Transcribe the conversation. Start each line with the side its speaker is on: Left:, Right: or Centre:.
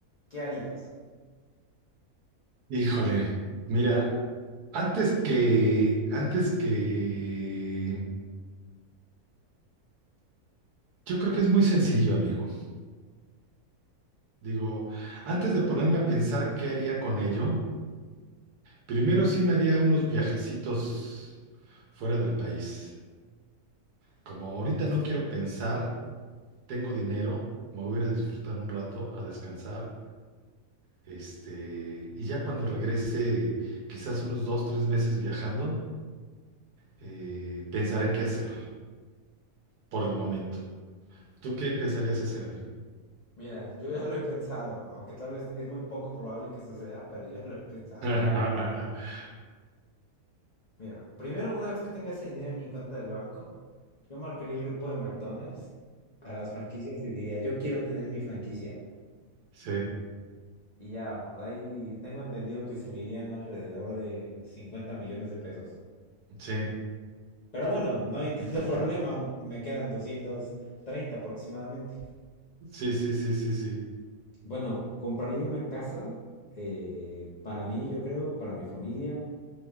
Left: ¿qué harías?
Right: híjole. Mira, antes que, antes que, yo creo que es muy sencillo, amigo. Digo, antes de ponerme a pensar qué haría con ello, primero sí me haría unos viajecitos fuera del país. Como ahorita no quiero pensar, tengo dinero, me voy a ir a disfrutar un rato, a descansar, este, y ya cuando regrese, quizás unos dos, tres meses viajando, eh, pensaré qué hacer por el momento. ¿Tú qué empezarías a hacer, amigo?
Left: Mira, yo ya lo he pensado, aunque tal vez es muy poco probable que suceda, pero ya lo he pensado.
Right: <laughs>
Left: Mira, primero, una vez que tenga ese dinero en mi cuenta del banco, yo marcaría el grupo de McDonald's a las franquicias y diría, yo quiero tener mi franquicia.
Right: Sí,
Left: Y ya, ahí tengo entendido que se me irían alrededor de 50 millones de pesos.
Right: sí,
Left: Pero bueno, no hay tanto <laughs> problema, me quedan doscientos treinta aproximadamente.
Right: sí, sí, sí, sí, sí.
Left: Bueno, compraría una casa eh, para mí, yo creo, para mi familia